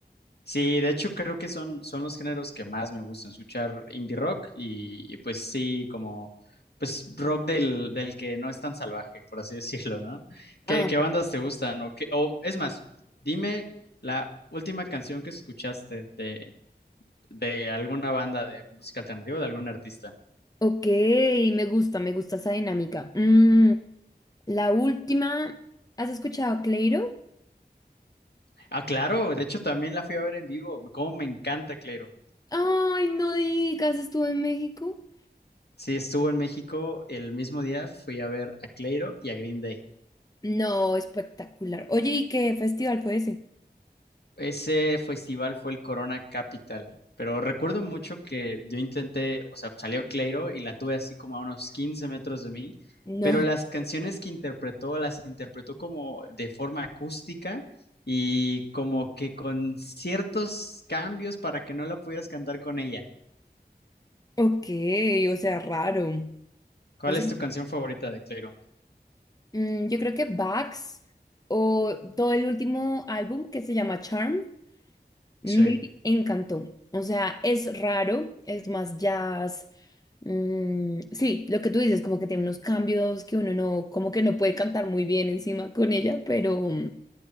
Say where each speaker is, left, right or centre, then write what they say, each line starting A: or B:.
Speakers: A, on the left; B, on the left.
A: Sí, de hecho creo que son, son los géneros que más me gustan, escuchar indie rock y, y, pues sí, como pues rock del, del que no es tan salvaje, por así <laughs> decirlo, ¿no? ¿Qué,
B: Ah,
A: qué bandas te gustan? O, qué- o es más, dime la última canción que escuchaste de, de alguna banda de música alternativa, de algún artista.
B: ok, me gusta, me gusta esa dinámica. Mm, la última, ¿has escuchado a Cleiro?
A: Ah, claro, de hecho también la fui a ver en vivo, como me encanta Cleiro.
B: Ay, no digas, estuve en México.
A: Sí, estuvo en México el mismo día, fui a ver a Cleiro y a Green Day.
B: No, espectacular. Oye, ¿y qué festival fue ese?
A: Ese festival fue el Corona Capital, pero recuerdo mucho que yo intenté, o sea, salió Cleiro y la tuve así como a unos 15 metros de mí,
B: No.
A: pero las
B: <laughs>
A: canciones que interpretó las interpretó como de forma acústica y como que con ciertos cambios para que no la pudieras cantar con ella.
B: Ok, o sea, raro.
A: ¿Cuál
B: O sea,
A: es tu canción favorita de Cleiro?
B: mm, yo creo que Bax o todo el último álbum que se llama Charm me
A: Sí,
B: encantó. O sea, es raro, es más jazz. mm, sí, lo que tú dices, como que tiene unos cambios que uno no, como que no puede cantar muy bien encima con ella, pero,